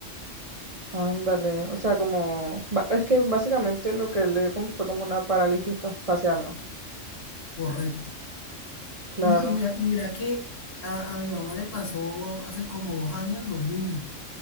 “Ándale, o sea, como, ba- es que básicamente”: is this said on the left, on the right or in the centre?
Right